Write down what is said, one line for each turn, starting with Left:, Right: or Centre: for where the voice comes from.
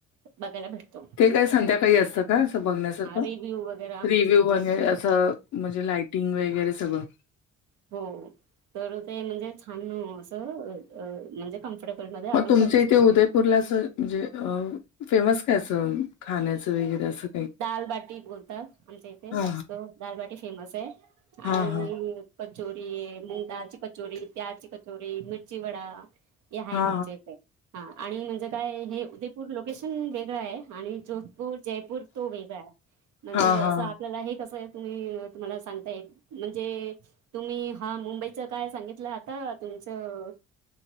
Right: बघायला भेटतो.
Left: ते काय संध्याकाळी असतं का असं बघण्यास?
Right: रिव्यू वगै
Left: रिव्ह्यू म्हणजे असं म्हणजे लायटिंग वगैरे सगळं.
Right: हो तर ते म्हणजे छान असं म्हणजे फफर्टेबल मध्ये आपण
Left: मग तुमच्या
Right: बघ श
Left: इथे उदयपूरला असं म्हणजे फेमस काय असं खाण्याचं वगैरे असं काही
Right: दालबाटी बोलतात आमच्या इथे
Left: हा
Right: जास्त दालबाटी फेमस आहे
Left: हा
Right: आणि
Left: हा हा
Right: कचोरी, मूग दालची कचोरी, प्याजची कचोरी, मिर्ची वडा, हे आहे
Left: हा
Right: आमच्या इथे हा आणि म्हणजे काय हे उदयपूर लोकेशन वेगळं आहे. आणि जोधपूर, जयपूर तो वेगळा आहे म्हणजे
Left: हा हा
Right: असं
Left: हा
Right: आपल्याला हे कसं तुम्ही तुम्हाला सांगता येत म्हणजे तुम्ही हा मुंबईच काय सांगितलं आता तुमचं?